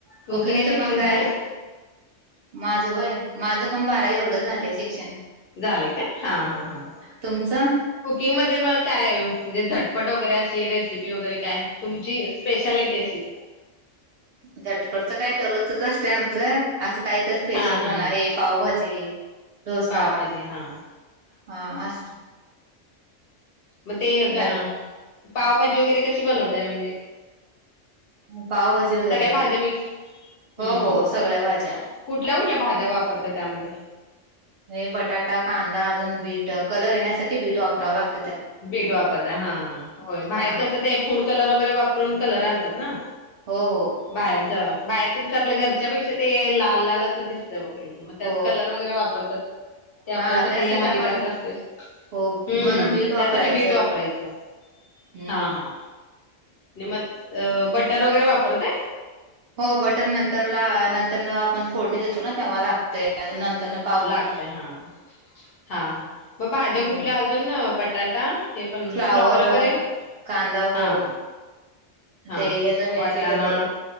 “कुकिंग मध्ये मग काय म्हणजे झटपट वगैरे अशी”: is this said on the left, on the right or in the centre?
Left